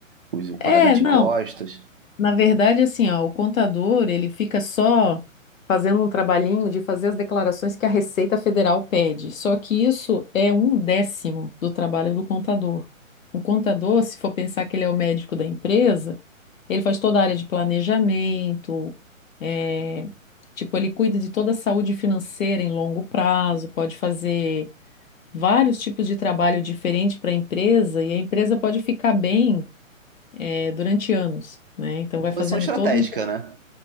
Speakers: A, on the right (about 45°); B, on the left (about 75°).
A: os
B: É,
A: pagamentos de
B: não,
A: impostos.
B: Na verdade, assim, ó, o contador, ele fica só fazendo um trabalhinho de fazer as declarações que a Receita Federal pede. Só que isso é um décimo do trabalho do contador. O contador, se for pensar que ele é o médico da empresa, ele faz toda a área de planejamento, eh, tipo, ele cuida de toda a saúde financeira em longo prazo, pode fazer vários tipos de trabalho diferente para a empresa e a empresa pode ficar bem eh, durante anos, né? Então
A: Posição
B: vai fazendo
A: estratégica,
B: todo
A: né?